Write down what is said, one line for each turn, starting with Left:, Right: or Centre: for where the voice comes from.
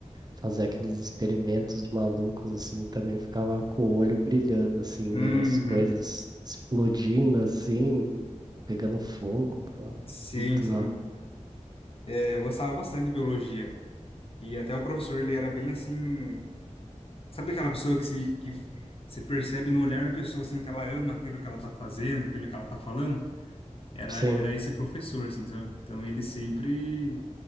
Right: fazer aqueles experimentos malucos assim, também ficava com o olho brilhando assim,
Left: Uhum.
Right: vendo as coisas explodindo assim, pegando fogo, tá
Left: Sim,
Right: muito
Left: sim.
Right: da hora.
Left: É, eu gostava bastante de biologia. E até o professor, ele era bem assim. Sabe aquela pessoa que se, que se percebe no olhar da pessoa, assim, que ela ama aquilo que ela tá fazendo, aquilo que ela tá falando? era,
Right: Sim,
Left: era esse professor, assim, sabe? Então ele sempre,